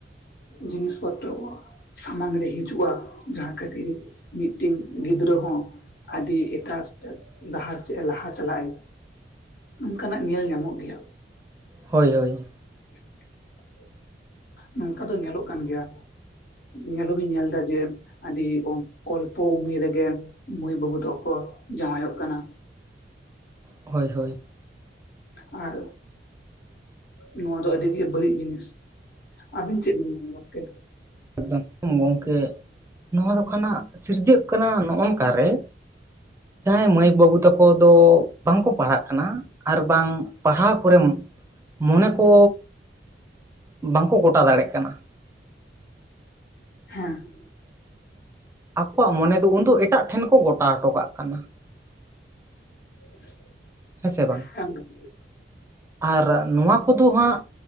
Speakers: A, on the left; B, on the right.
A: ᱡᱤᱱᱤᱥ ᱯᱚᱛᱨᱚ ᱠᱚ᱾ ᱥᱟᱢᱟᱝ ᱨᱮ ᱦᱤᱡᱩᱜᱼᱟ ᱡᱟᱦᱟᱸ ᱠᱷᱟᱹᱛᱤᱨ ᱢᱤᱫᱴᱤᱱ ᱜᱤᱫᱽᱨᱟᱹ ᱦᱚ ᱟᱹᱰᱤ ᱮᱴᱟᱜ ᱥᱮᱫ ᱰᱟᱦᱟᱨ ᱥᱮᱫ ᱮ ᱞᱟᱦᱟ ᱪᱟᱞᱟᱜᱼᱟ᱾ ᱚᱝ ᱠᱟᱱᱟᱜ ᱧᱮᱞ ᱧᱟᱢᱚᱜ ᱜᱮᱭᱟ᱾
B: ᱦᱳᱭ ᱦᱳᱭ᱾
A: <unintelligible> ᱱᱚᱝ ᱠᱟ ᱫᱚ ᱧᱮᱞᱚᱜ ᱠᱟᱱ ᱜᱮᱭᱟ ᱧᱮᱞ ᱦᱚᱸᱵᱤᱱ ᱧᱮᱞᱫᱟ ᱡᱮ ᱟᱹᱰᱤ ᱚᱞᱯᱚ ᱩᱢᱮᱨ ᱨᱮᱜᱮ ᱢᱟᱹᱭ ᱵᱟᱵᱩ ᱛᱟᱠᱚ ᱡᱟᱶᱟᱭᱚᱜ ᱠᱟᱱᱟ᱾
B: ᱦᱳᱭ ᱦᱳᱭ᱾
A: ᱟᱨ ᱱᱚᱣᱟ ᱫᱚ ᱟᱹᱰᱤ ᱵᱟᱹᱲᱤᱪ ᱡᱤᱱᱤᱥ, ᱟᱹᱵᱤᱱ ᱪᱮᱫ ᱵᱤᱱ ᱢᱮᱱ ᱟ ᱜᱟᱢᱠᱮ?
B: ᱮᱠᱫᱟᱢ ᱜᱚᱝᱠᱮ ᱱᱚᱣᱟ ᱫᱚ ᱠᱟᱱᱟ ᱥᱤᱨᱡᱟᱹᱜ ᱠᱟᱱᱟ ᱱᱚᱜᱼᱚᱭ ᱱᱚᱝᱠᱟ ᱨᱮ ᱡᱟᱦᱟᱸᱭ ᱢᱟᱹᱭ ᱵᱟᱹᱵᱩ ᱛᱟᱠᱚ ᱫᱚ ᱵᱟᱝ ᱠᱚ ᱯᱟᱲᱦᱟᱜ ᱠᱟᱱᱟ᱾ ᱟᱨ ᱵᱟᱝ ᱯᱟᱲᱦᱟᱣ ᱠᱚᱨᱮ ᱢᱚᱱᱮ ᱠᱚ ᱵᱟᱝᱠᱚ ᱜᱚᱴᱟ ᱫᱟᱲᱮᱜ ᱠᱟᱱᱟ᱾
A: ᱦᱮᱸ᱾
B: ᱟᱠᱚᱣᱟᱜ ᱢᱚᱱᱮ ᱫᱚ ᱩᱱ ᱫᱚ ᱮᱴᱟᱜ ᱴᱷᱮᱱ ᱠᱚ ᱜᱚᱴᱟ ᱦᱚᱴᱚ ᱠᱟᱜ ᱠᱟᱱᱟ᱾
A: <unintelligible>
B: ᱦᱮᱸ ᱥᱮ ᱵᱟᱝ
A: ᱮᱠᱫᱚᱢ
B: ᱟᱨ ᱱᱚᱣᱟ ᱠᱚᱫᱚ ᱦᱟᱸᱜ